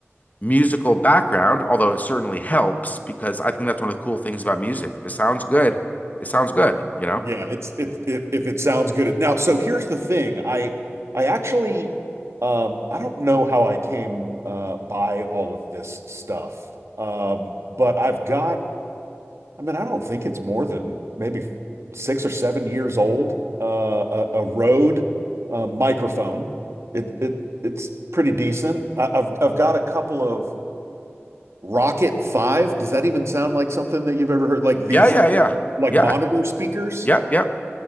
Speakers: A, on the left; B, on the right.
A: musical background, although it certainly helps because I think that's one of the cool things about music. If it sounds good, it sounds good, you know?
B: Yeah, it's it's it, if it sounds good. Now, so here's the thing. I I actually um I don't know how I came uh by all of this stuff. Um but I've got I mean, I don't think it's more than maybe six or seven years old. Uh, a, a Rode uh, microphone. It it it's pretty decent. I, I've I've got a couple of Rocket Five. Does that even sound like something that you've ever heard? Like these
A: Yeah, yeah,
B: little,
A: yeah.
B: like
A: Yeah.
B: monitor speakers.
A: Yep, yep,